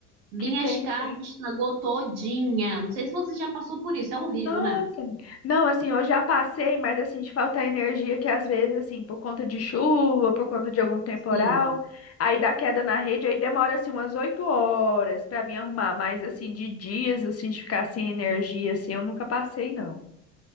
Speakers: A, on the right; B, on the left.
A: Minhas
B: que tenso,
A: carnes
B: hein?
A: estragou todinha. Não sei se você já passou por isso, é horrível,
B: Nossa,
A: né?
B: amiga. Não, assim, eu já passei, mas assim, de faltar energia que às vezes, assim, por conta de chuva, por conta de algum temporal,
A: Sim.
B: aí dá queda na rede, aí demora, assim, umas oito horas pra vir arrumar, mas assim, de dias, assim, de ficar sem energia, assim, eu nunca passei, não.